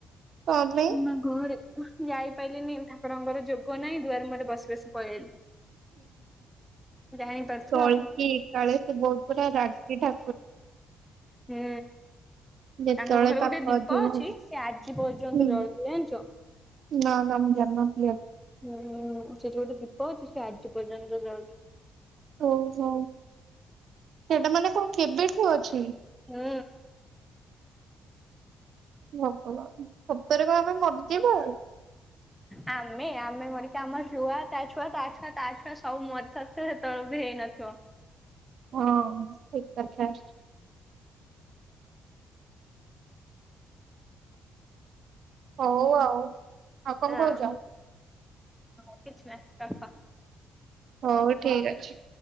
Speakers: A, on the right; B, in the centre.
A: କଣ ପାଇଁ?
B: ମା ଘରେ ଯାଇ। ପାଇଲିନି। ଠାକୁରଙ୍କର ଯୋଗ ନାଇଁ, ଦୁଆର ମୁଅରେ ବସି ବସି ପଳେଇ ଆଇଲି। ଜାଣିପାରୁଥିବ
A: କଳ୍କି
B: ଆଉ
A: କାଳେ ସେ ବହୁତ ପୁରା ରାଗି ଠା
B: ହୁଁ,
A: ଯେତେବେଳେ
B: ତାଙ୍କ ପାଖରେ
A: ପାପ
B: ଗୋଟେ ଦୀପ
A: ଅଧିକ
B: ଅଛି।
A: ହବ
B: ସେ ଆଜିପ୍ ର୍ଯ୍ୟନ୍ତ
A: ହୁଁ।
B: ଜଳୁଚି। ଜାଣିଚ?
A: ନା ନା, ମୁଁ ଜାନ୍ ନ
B: ହୁଁ, ସେଠି ଗୋଟେ ଦୀପ ଅଛି, ସେ ଆଜି ପର୍ଯ୍ୟନ୍ତ ଜଳୁଛି।
A: ଓହୋ! ସେଟା ମାନେ କଣ କେବେଠୁ ଅଛି?
B: ହୁଁ।
A: ଭଗବାନ! ସତରେ କଣ ଆମେ ମରଯିବା।
B: ଆମେ! ଆମେ ମରିକି ଆମ ଛୁଆ ତା ଛୁଆ ତା ଛୁଆ ତା ଛୁଆ ସବୁ ମରିସାରିଥି ହେତେବେଳକୁ ବି ହେଇନଥିବ।। <unintelligible>
A: ହଁ, ଠିକ୍ କଥା। ହଉ ଆଉ। ଆଉ କଣ
B: ହଁ,
A: କହୁଛ?
B: କିଛି ନାହିଁ ରଖ।
A: ହଉ ଠିକ୍ ଅଛି।